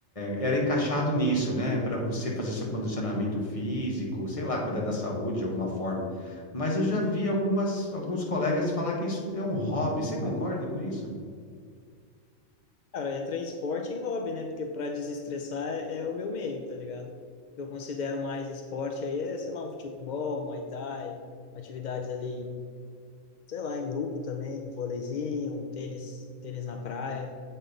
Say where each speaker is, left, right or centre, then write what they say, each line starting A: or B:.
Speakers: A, on the left; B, on the left.
A: era encaixado nisso, né? Para você fazer seu condicionamento físico, sei lá, cuidar da saúde de alguma forma. Mas eu já vi algumas alguns colegas falar que isso é um hobby. Você concorda com isso?
B: cara, entra em esporte e em hobby, né? Porque para desestressar é, é o meu meio, tá ligado? Eu considero mais esporte aí, é, sei lá, um futebol, um Muay Thai, atividades ali sei lá, em grupo também, um vôleizinho, um tênis, tênis na praia.